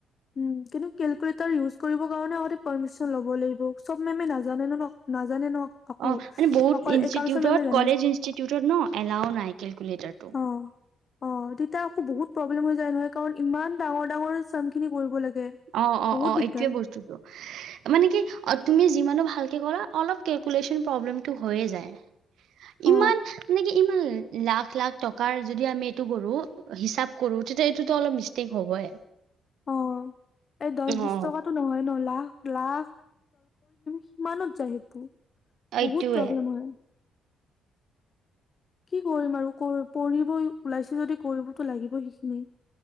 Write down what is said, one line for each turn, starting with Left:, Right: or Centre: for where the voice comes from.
Left: উম কিন্তু কেলকুলটৰ ইউজ কৰিব কাৰণে আগতে পাৰ্মিচন ল'ব লাগিব চব মেমে নাজানে ন, ন নাজানে ন। আকৌ
Right: অ মানে বহুত
Left: অকল
Right: ইনষ্টিউটত
Left: একাউন্টছৰ মেমে জানে
Right: কলেজ ইনষ্টিউটত ন এলাও নাই কেলকুলেটাৰটো।
Left: অ অ তেতিয়া আকৌ বহুত প্ৰব্লেম হৈ যায় নহয় কাৰণ ইমান ডাঙৰ ডাঙৰ চ খিনি কৰিব লাগে।
Right: অ অ
Left: বহুত
Right: অ
Left: দিগদাৰ
Right: এইটয়ে বস্তুতটো। মানে কি অ তুমি যিমানো ভাল ভাল কে কৰা অলপ ক্যেলকুলেচন হৈয়ে যায়।
Left: অ
Right: ইমান মানে কি? ইমান লাখ লাখ টকাৰ যদি আমি এইটো কৰো হিচাপ কৰো তেতিয়া এইটোতো অলপ মিষ্টেক হ'বই।
Left: অ। এই দহ বিশ
Right: অ
Left: টকাতটো নহয় লাখ লাখ সিমানত যায় সেইপোৰ।
Right: এইটোৱে
Left: বহুত প্ৰব্লেম হয়। কি কৰিম আৰু পঢ়িবই ওলাইছ যদি কৰিবতো লাগিব সেইখিনি